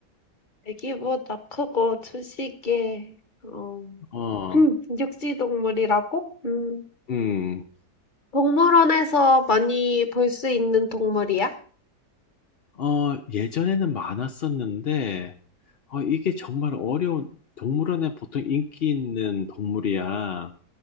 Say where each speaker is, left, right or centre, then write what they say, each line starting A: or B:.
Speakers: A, on the left (about 30°); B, on the left (about 50°).
A: 애기보다 크고, 초식에, 어,
B: 어,
A: <clears throat> 육지 동물이라고? 음.
B: 음,
A: 동물원에서 많이 볼 수 있는 동물이야?
B: 어, 예전에는 많았었는데, 어, 이게 정말 어려운, 동물원에 보통 인기 있는 동물이야.